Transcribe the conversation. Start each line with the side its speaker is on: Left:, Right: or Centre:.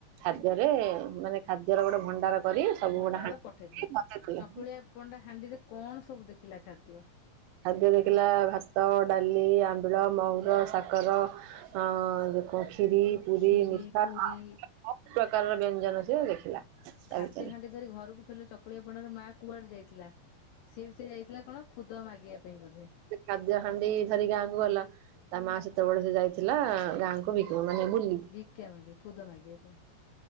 Right: ଖାଦ୍ୟରେ ମାନେ ଖାଦ୍ୟର ଗୋଟେ ଭଣ୍ଡାର କରି ସବୁ
Left: ଭଣ୍ଡାର
Right: ଗୋଟେ ହାଣ୍ଡିରେ
Left: ପଠେଇଥିଲେ
Right: ପଠେଇଥିଲେ।
Left: ଚକୁଳିଆ ପଣ୍ଡା ହାଣ୍ଡିରେ କଣ ସବୁ ଦେଖିଲା ଖାଦ୍ୟ?
Right: ଖାଦ୍ୟ ଦେଖିଲା ଭାତ, ଡାଲି, ଆମ୍ବିଳ, ମହୁର, ସାକର ହଁ କଣ ଖିରୀ? ପୁରୀ
Left: ଖିରି
Right: ମିଠା
Left: ପୁରୀ
Right: ସବୁ ପ୍ରକାର ବ୍ୟଞ୍ଜନ ସେ ଦେଖିଲା। ତା
Left: ଖାଦ୍ୟ
Right: ଭିତରେ
Left: ହାଣ୍ଡି ଧରି ଘରକୁ ଫେରିଲା ଚକୁଳିଆ ପଣ୍ଡା ର ମା କୁଆଡେ ଯାଇଥିଲା? ସିଏ ବି ସେ ଯାଇଥିଲା କଣ ଖୁଦ ମାଗିବା ପାଇଁ ବୋଧେ?
Right: ଖାଦ୍ୟ ହାଣ୍ଡି ଧରି ଗାଁକୁ ଗଲା। ତା ମା ସେତେବେଳେ ଯାଇଥିଲା, ଗାଁ ଙ୍କୁ ମାନେ ବୁଲିି।
Left: ଭିକ୍ଷା ମାଗି ଖୁଦ ମାଗିବା ପାଇଁ